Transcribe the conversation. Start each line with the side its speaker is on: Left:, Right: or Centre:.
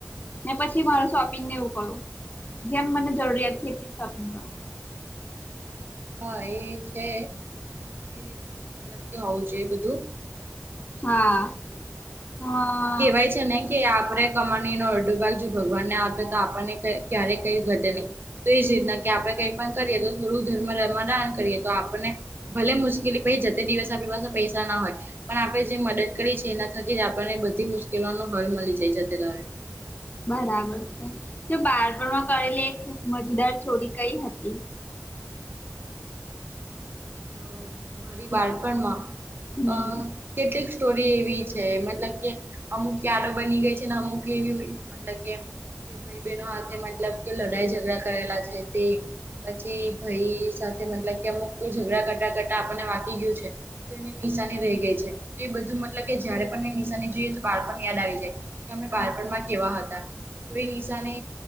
Left: ને પછી મારો શોપિંગને
Right: હા
Left: એવું કરો, જેમ મને જરૂરિયાત છે એટલી શોપિંગ કરુ.
Right: હા એ છે, એટલું મતલબ કે હોવ જોયે બધું.
Left: હા. હા
Right: કેવાય છે ને કે આપણે કમાની નો અડધો ભાગ જો ભગવાનને આપે તો આપણને ક્યારે કઈ ઘટે નહીં. તો એ જ રીતના કે આપડણે કઈ પણ કરીએ તો થોડું ધર્મ ધર્મદાન કરીએ તો આપને ભલે મુશ્કેલી પછ જતે દિવસ આપણી પાસે પૈસા ના હોય, પણ આપણે જે મદદ કરીએ છે એના થકી જ આપણને બધી મુશ્કેલો ન હલ મળી જતે દહાડે.
Left: બરાબર છે, જો બાળપણમાં કરેલી એક મજદાર ચોરી કઈ હતી?
Right: અ મારી બાળપણમાં,
Left: હમ
Right: અ કેટલીક સ્ટોરી એવી છે મતલબ કે અમુક કારો બની ગઈ છે ને અમુક એવી મતલબ કે જે ભાઈ બહેનો હાથે મતલબ કે લડાઈ ઝઘડા કરેલા છે તે. પછી ભાઈ સાથે મતલબ કે અમુક ઝઘડા કરતા કરતા આપને વાંકી ગયું છે. તો એની નિશાની રહી ગઈ છે, તો એ બધું મતલબ કે જયારે પણ એ નિશાની જોઈએ તો બાળપણ યાદ આવી જાય. કે અપણે બાળપણમાં કેવા હતા, તો એ નિશાને